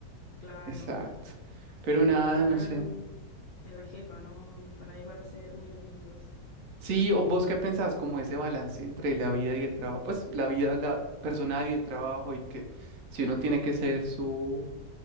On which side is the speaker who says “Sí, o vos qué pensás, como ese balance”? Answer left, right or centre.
Right